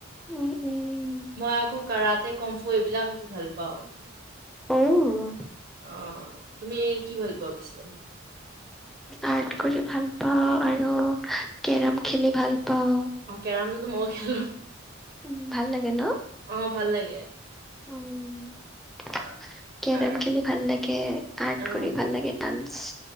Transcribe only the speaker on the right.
মই আকৌ কাৰাতে, কমফু এইবিলাক ভাল পাওঁ।
অ', তুমি কি ভাল পোৱা পিছে?
অ কেৰমটোটো ময়ো খেলো।
অ' ভাল লাগে।
অ'
অ'
অ'